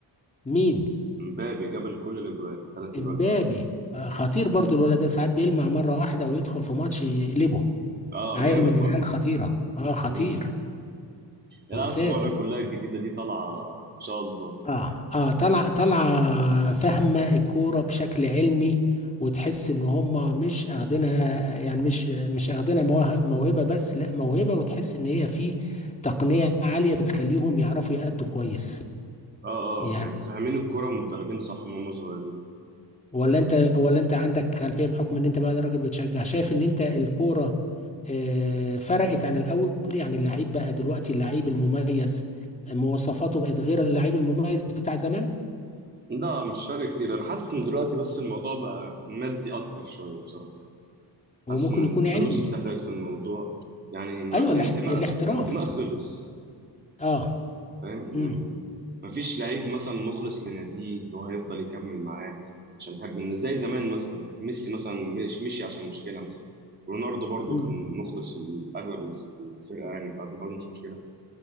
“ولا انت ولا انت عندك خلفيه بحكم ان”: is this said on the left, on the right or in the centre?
Left